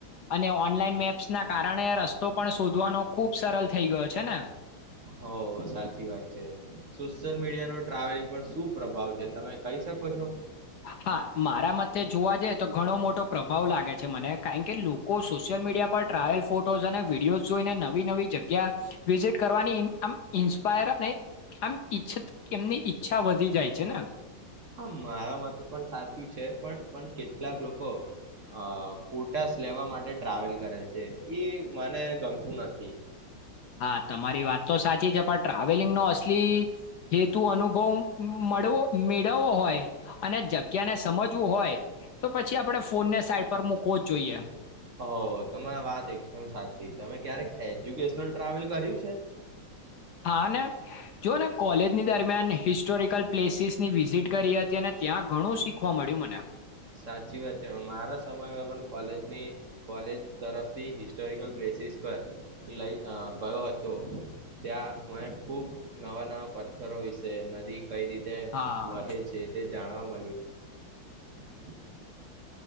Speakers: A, on the left; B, on the right.
A: અને ઓનલાઈન મેપ્સના કારણે રસ્તો પણ શોધવાનો ખુબ સરલ થઈ ગયો છે ને
B: હ સાચી વાત છે સોશિયલ મીડિયાનો ટ્રાવેલિંગ પર શું પ્રભાવ છે તમે કહી શકો છો
A: હા, મારા મતે જોવા જઈ તો ઘણો મોટો પ્રભાવ લાગે છે મને કારન કે લોકો સોશિયલ મીડિયા પર ટ્રાવેલ ફોટોઝ અને વિડીયોઝ જોઈને નવી નવી જગ્યા વિઝિટ કરવાની આમ ઇન્સ્પાયર અને આમ ઈછત એમની ઈચ્છા વધી જાય છે ને
B: આ મારા મતે પણ સાચું છે પણ પણ કેટ કેટલાક લોકો અ ફોટાશ લેવા માટે ટ્રાવેલ કરે છે એ મને ગમતું નથી.
A: હા તમારી વાત તો સાચી છે પણ ટ્રાવેલિંગનો અસલી હે તું અનુભવ મળવો મેળવવો હોય અને જગ્યાને સમજવું હોય તો પછી આપડે ફોનને સા પર મૂકવો જ જોઈએ.
B: હ તમારા વાત એકદમ સાચી તમે ક્યારેક એજ્યુકેશનલ ટ્રાવેલ કર્યું છે.
A: હા ને જો ને કોલેજ ની દરમિયાન હિસ્ટોરિકલ પ્લેસસની વિઝિટ કરી હતી અને ત્યાં ઘણું શી ખવા મળ્યું મને
B: સાચી વાત છે મારા સમયમાં પણ કોલેજની કોલેજ તરફથી હિસ્ટોરિકલ પ્લેસીસ પર લઈ અ ગયો હતો ત્યાં મને ખુબ નવા નવા પથ્થરો વિશે નદી કઈ રીતે
A: હા
B: વહે છે તે જાણવા મ <inaudible>